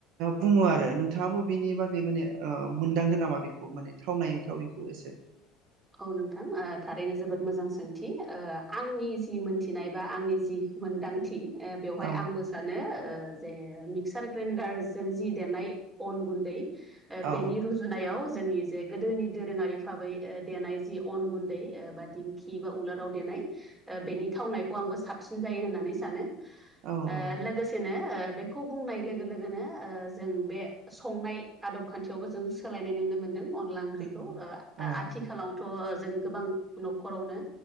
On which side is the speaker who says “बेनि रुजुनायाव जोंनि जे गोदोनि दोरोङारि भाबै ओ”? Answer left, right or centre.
Right